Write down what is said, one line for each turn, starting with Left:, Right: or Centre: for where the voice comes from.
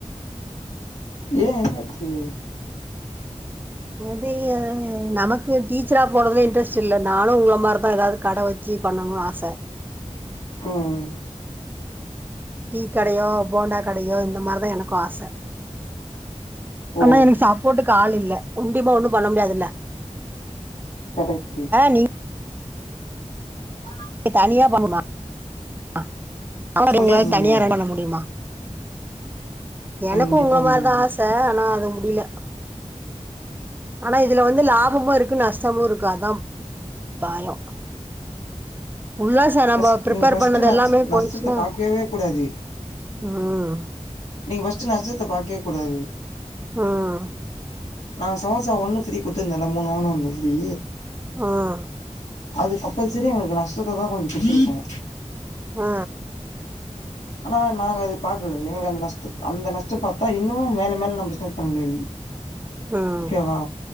Left: ஏ என்னச்சு
Right: <unintelligible> நமக்கு டீச்சரா போறதுல இன்ட்ரெஸ்ட் இல்ல நானு உங்கள மாரிதா ஏதாவது கட வச் வச்சு பண்ணணு ஆச
Left: ம்
Right: டீ கடையோ போண்டா கடையோ இந்த மாரிதா எனக்கு ஆச
Left: ஓ
Right: ஆனா எனக்கு சப்போட்டுக்கு ஆள் இல்ல ஒண்டிமா ஒண்ணு பண்ண முடியாது இல்ல
Left: கரெக்ட்டு
Right: நீங்க
Left: அ
Right: <unintelligible>
Left: முடியாது முடியாது கண்டிப்பா
Right: எனக்கு உங்கள
Left: முடியாது
Right: மாரிதா ஆச ஆனா அது முடியல ஆனா இதுல வந்து லாபமு இருக்கு நஷ்டமு இருக்கு அதா பயம் உல்லாச நம்ப
Left: ஃபஸ்ட்
Right: ப்ரிப்பெர்
Left: நீங்க ஃபஸ்ட்டு
Right: பண்ணது
Left: நட்ச
Right: எல்லாமே
Left: நஷ்டத்த
Right: போயிச்னா
Left: பாக்கவே கூடாது
Right: ம்
Left: நீங்க ஃபஸ்ட் நஷ்டத்த பாக்கவே கூடாது
Right: ம்
Left: நா சமோசா ஒன்னு ஃப்ரீ குடுத்துர்ந்தல்ல மூணு வாங்னா ஒன்னு ஃப்ரீ
Right: ம்
Left: அது கப்பல்சரி உங்ளுக்கு நஷ்டத்த தா கொஞ்சொ குட்த்துருக்கு
Right: அ
Left: ஆனா நாங்க அது பாக்குல எங்ளுக்கு அந்த நஷ்டத்த அந்த நஷ்டம் பாத்தா இன்னமு மேல மேல நம் பிசினஸ் பண்ண முடியாது
Right: ம்
Left: ஒகேவா